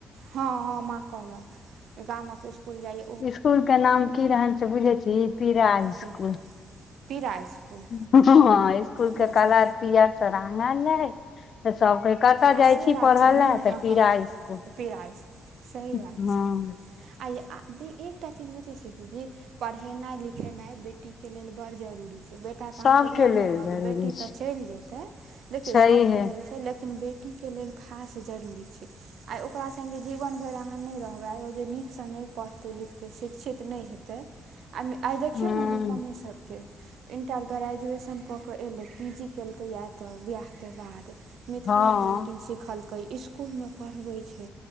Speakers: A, on the right; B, on the left.
A: हँ हँ माँ कहलक जे गामक इसकूल जाइ।
B: इसकुल के नाम की रहैन से बुझै छीही पिरा इसकुल।
A: के पीरा इसकुल।
B: हँ इसकुल
A: बुझू
B: के कलर पियर से रंगल रहै। तऽ सभ कहै कतय
A: आ
B: जाइ
A: से
B: छी
A: बात
B: पढ़य
A: छै
B: ले
A: ने
B: तऽ
A: हँ
B: पीरा
A: हँ
B: इसकुल।
A: पीरा इसकुल सही
B: हँ।
A: बात छै आ यै आ एकटा चीज बुझै छियै दीदी। पढ़ेनाइ लिखेनाइ बेटी के लेल बड़ जरूरी छै। बेटा तऽ
B: सभके
A: अहाँके घर
B: लेल
A: मे रहत,
B: जरूरी
A: बेटी
B: छै
A: ते चैल जेतै, देखियौ
B: छैहे
A: सब के लेल छै लेकिन बेटी बेटी के लेल खास जरूरी छै। आइ ओकरा संगे जीवन भरि अहाँ नै रहवै। जे नीक से नहि पढ़। पढ़तै लिखतै शिक्षित नहि हेतै, आइ आइ देखियौ
B: हँ
A: ने रूपमे सभके। इण्टर ग्रेजुएशन कऽ कऽ एलै पी जी केलकैया तऽ बिआहके बाद मिथिला
B: हँ
A: पेन्टिंग सिखलकै इसकूल में पढ़वे छै,